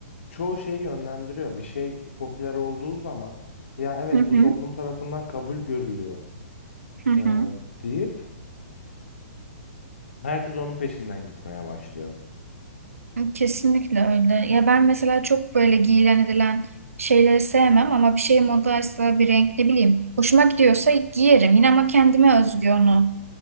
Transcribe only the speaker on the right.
Hı hı,
hı hı.
Kesinlikle öyle. Ya ben mesela çok böyle giyilen edilen şeyleri sevmem ama bir şey modaysa bir renk ne bileyim hoşuma gidiyorsa giyerim. Yine ama kendime özgü onu